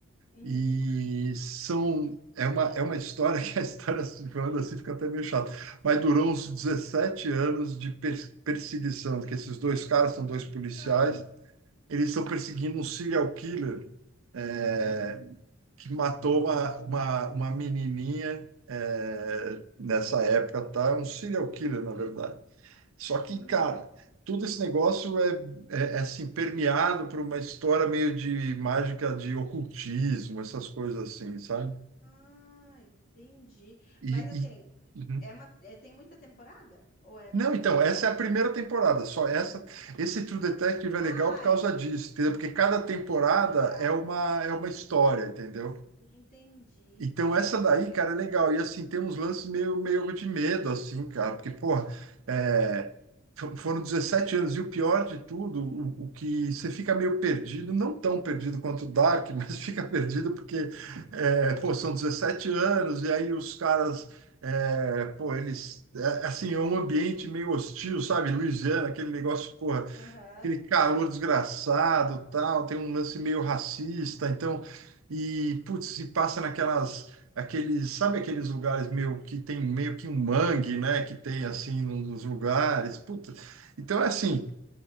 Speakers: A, on the left; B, on the right.
A: Uhum.
B: e são é uma, é uma história que a história assim, falando assim fica até meio chato, mas durou uns 17 anos de per- perseguição, que esses dois caras são dois policiais,
A: Nossa.
B: eles estão perseguindo um serial killer é,
A: Hum,
B: que matou
A: gosto.
B: uma, uma, uma menininha é, nessa época, tá? É Um serial killer, na verdade. Só que,
A: Uhum.
B: cara, todo esse negócio é, é, é, assim, permeado por uma história meio de mágica de ocultismo, essas coisas assim, sabe?
A: Ah, entendi.
B: E,
A: Mas assim,
B: e- Uhum.
A: é uma, é- tem muita temporada? Ou é pouca
B: Não, então,
A: temporada?
B: essa é a primeira temporada, só essa, esse True Detective é
A: Ah,
B: legal por causa
A: é
B: disso, entendeu? Porque cada temporada
A: temporada.
B: é uma é uma história, entendeu?
A: Entendi.
B: Então essa daí, cara, é legal. E assim, tem uns lances meio, meio de medo, assim, cara, porque, porra, é, f- foram 17 anos, e o pior de tudo, o, o que você fica meio perdido, não tão perdido quanto o Dark, <laughs> mas fica perdido porque, é, pô, são 17 anos, e aí os caras, é, pô, eles, é, assim, é um ambiente meio hostil, sabe? Louisiana, aquele negócio, pô
A: Aham.
B: aquele calor desgraçado, tal, tem um lance meio racista, então e putz, se passa naquelas aqueles, sabe aqueles lugares meio que tem meio que um mangue, né, que tem assim nos lugares, puta. Então é assim,